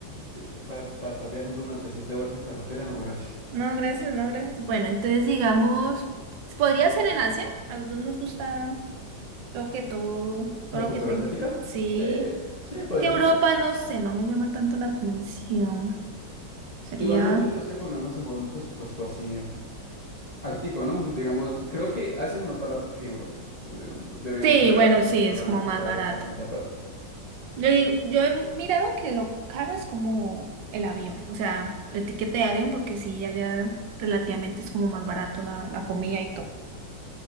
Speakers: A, on the left; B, on the right.
A: Sí, es para, es para estar viajando durante siete horas en carretera, no, gracias.
B: No, gracias, no, gracias. Bueno, entonces digamos, podría ser en Asia. A los dos nos gusta lo que todo, todo
A: ¿La
B: lo
A: cultura
B: que tenga.
A: asiática?
B: Sí,
A: Sí, sí, podríamos
B: que Europa,
A: ir.
B: no sé, no me llama tanto la atención. Sería...
A: Igual nosotros tenemos que ponernos igual un presupuesto así. altico, ¿no? Digamos, creo que Asia es más barato que Europa. Entonces, digamos, deberíamos
B: Sí,
A: ir
B: bueno,
A: a Asia
B: sí,
A: para
B: es como
A: evitar
B: más barato.
A: gastar tanta plata.
B: Yo digo, yo he mirado que lo caro es como el avión, o sea, el tiquete de avión, porque sí, allá relativamente es como más barato la, la comida y todo.